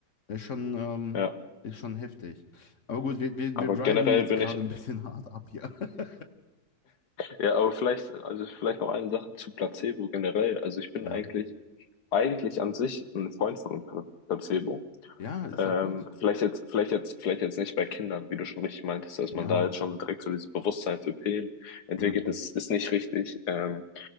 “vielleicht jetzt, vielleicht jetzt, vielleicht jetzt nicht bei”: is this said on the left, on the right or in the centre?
Left